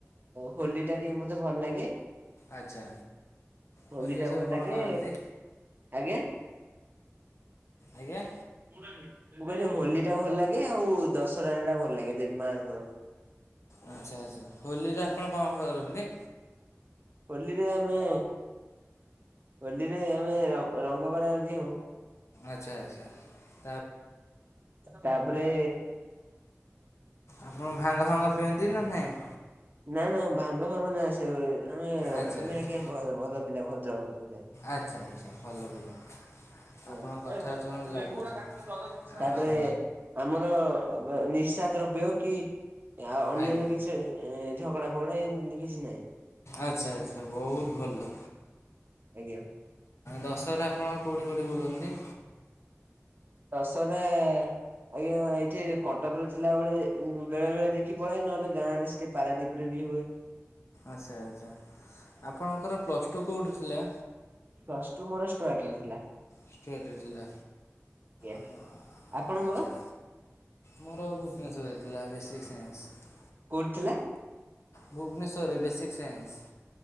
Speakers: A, on the right; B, on the left.
A: ହୋଲି ଟା ଟିକେ ମତେ ଭଲ ଲାଗେ।
B: ଆଚ୍ଛା
A: ହୋଲିଟା
B: ହୋଲିରେ ସବୁ
A: ଭଲଲାଗେ।
B: କଣ କରନ୍ତି?
A: ଆଜ୍ଞା?
B: ଆଜ୍ଞା?
A: ମୁଁ କହିଲି ହୋଲି ଟା ଭଲ ଲାଗେ, ଆଉ ଦଶହରା ଟା ଭଲ ଲାଗେ ଦେବୀ ମାଙ୍କର।
B: ଆଚ୍ଛା-ଆଚ୍ଛା ହୋଲିରେ ଆପଣ କଣ କରନ୍ତି?
A: ହୋଲିରେ ଆମେ ହୋଲିରେ ଆମେ ରଙ୍ଗ କରା କରି ହଉ।
B: ଆଚ୍ଛା-ଆଚ୍ଛା।
A: ତାପରେ
B: ଆପଣ ଭାଙ୍ଗ ଫାଙ୍ଗ ପିଅନ୍ତି ନା ନାହିଁ?
A: ନା-ନା ଭାଙ୍ଗ ଫାଙ୍ଗ ନାଇଁ ସେ ଆମେ-ଆମେ
B: ଆଚ୍ଛା ଆଚ୍ଛା
A: <unintelligible> ଭଲ-ଭଲ ପିଲା ଭଦ୍ର ପିଲା।
B: ଆଚ୍ଛା ଆଚ୍ଛା ଭଲ
A: <unintelligible>
B: ପିଲା ଆପଣଙ୍କ କଥାବାର୍ତ୍ତା ମୋତେ ଲାଗୁଛି।
A: ତାପରେ
B: ଆଉ
A: ଆମର ବା ନିଶା ଦ୍ରବ୍ୟ କି ଏହା ଅନ୍ୟାନ୍ୟ
B: ଆଜ୍ଞା
A: କିଛି ଝଗଡା ଫଗଡା ଏମତି କିଛି ନାହିଁ।
B: ଆଚ୍ଛା ଆଚ୍ଛା ବହୁତ ଭଲ।
A: ଆଜ୍ଞା।
B: ଦଶରାରେ ଆପଣ କେଉଁଠି କେଉଁଠି ବୁଲନ୍ତି?
A: ଦଶରା ଆଜ୍ଞା ଏଇଠି କଟକ ରେ ଥିଲାବେଳେ ବେଳେ ବେଳେ ଦେଖି ପଳାଏ, ନହେଲେ ଗାଁରେ ସେଠି ପାରାଦ୍ୱୀପରେ ବି ହୁଏ।
B: ଆଚ୍ଛା ଆଚ୍ଛା, ଆପଣଙ୍କର ପ୍ଲସ୍ ଟୁ କେଉଁଠୁ ଥିଲା?
A: ପ୍ଲସ ଟୁ ମୋର ଷ୍ଟୁାଆର୍ଟ ରେ ଥିଲା।
B: ଷ୍ଟୁଆର୍ଟ ରେ ଥିଲା,
A: ଆଜ୍ଞା
B: ଅପ
A: ଆପଣଙ୍କର
B: ଆଚ୍ଛା। ମୋର ଭୁବନେଶ୍ୱରରେ ଥିଲା ବେସିକ୍ ସାଇନ୍ସ।
A: କୋଉଠି ଥିଲା?
B: ଭୁବନେଶ୍ୱରରେ ବେସିକ ସାଇନ୍ସ।